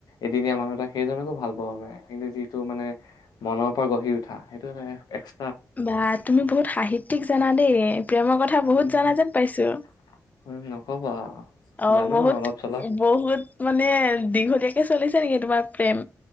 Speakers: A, on the left; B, on the left.
A: এদিনীয়া মানুহ এটা সেইজনকো ভাল পাব পাৰে কিন্তু যিটো মানে মনৰ পৰা গঢ়ি উঠা সেইটো এটা এক
B: বা তুমি বহুত সাহিত্যিক জানা দে প্ৰেমৰ কথা বহুত
A: উম
B: জানা যেন পাইছো
A: - উম নকবা
B: অ
A: জানো
B: বহুত
A: আৰু অলপ চলপ।
B: বহুত মানে দীঘলীয়াকে চলিছে নেকি তোমাৰ প্ৰেম?